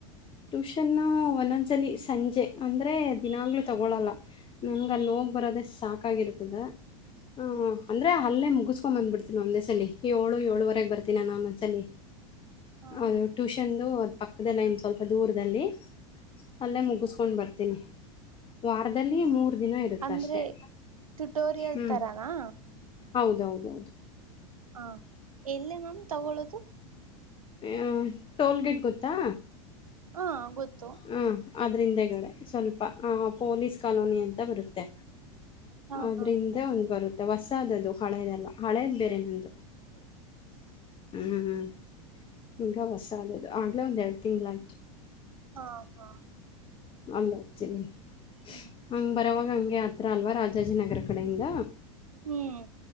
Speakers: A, on the left (about 30°); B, on the right (about 80°).
A: ಟ್ಯೂಷನ್ ಒಂದೊಂದು ಸರಿ ಜ್ಜೆ ಅಂದ್ರೆ ದಿನಾಗ್ಲು ತಗೊಳಲ್ಲ ನನ್ಗೆ ಅಲ್ಲಿ ಹೋಗ್ ಬರೋದೆೇ ಸಾಕಾಗಿರ್ತದ ಹ್ಮ್ ಅಂದ್ರೆ ಅಲ್ಲೇ ಮುಗಿಸ್ಕೊಂಡ್ ಬಂದ್ಬಿಡ್ತೀನಿ ಒಂದೇ ಸಲ ಏಳು ಏಳುವರೆಗೆ ಬರ್ತೀನ ನಾನ ಒಂದೊಂದ್ಸಲಲಿ
B: ಹ
A: ಅದು ಟ್ಯೂಷನ್ ದು ಪಕ್ಕದಲ್ಲ ಇನ್ ಸ್ವಲ್ಪ ದೂರದಲ್ಲಿ ಅಲ್ಲೇ ಮುಗಿಸ್ಕೊಂಡು ಬರ್ತೀನಿ ವಾರದಲ್ಲಿ ಮೂರು ದಿನ ಇರುತ್ತೆ
B: ಅಂದ್ರೆ
A: ಅಷ್ಟೆ
B: ಟ್ಯುಟೋರಿಯಲ್
A: ಹ್ಮ್
B: ತರನಾ
A: ಹೌದೌದೌದು
B: ಹ ಎಲ್ಲೇ ಮ್ಯಾಮ್ ತೊಗೊಳೋದು
A: ಆ ಟೋಲ್ ಗೇಟ್ ಗೊತ್ತಾ
B: ಹಾ ಗೊತ್ತು
A: ಹ ಅದ್ರಿಂದಗಡೆ ಸ್ವಲ್ಪ ಆ ಪೊಲೀಸ್ ಕಾಲೋನಿ ಅಂತ ಬರುತ್ತೆ
B: ಹಾ
A: ಆದ್ರಿಂದ
B: ಹಾ
A: ಒಂದ್ ಬರುತ್ತೆ ಹೊಸಾದ್ದದು ಹಳೆದಲ್ಲ ಹಳೇದ್ ಬೇರೆ ನಂದು
B: ಹ
A: ಹ್ಮ್ ಈಗ ಹೊಸ ಆದದ್ದದು ಆಗ್ಲೇ ಒಂದೆರಡು ತಿಂಗ್ಗಳಾಯ್ತು
B: ಆಹಾ
A: ಅಲ್ಲ ಹೋಗ್ತಿದ್ದೀನಿ
B: ಹ್ಮ್
A: ಹಂಗ ಬರವಾಗ ಹಂಗ ಹತ್ರ ಅಲ್ವಾ ರಾಜಾಜಿನಗರ ಕಡೆಯಿಂದ
B: ಹ್ಮ್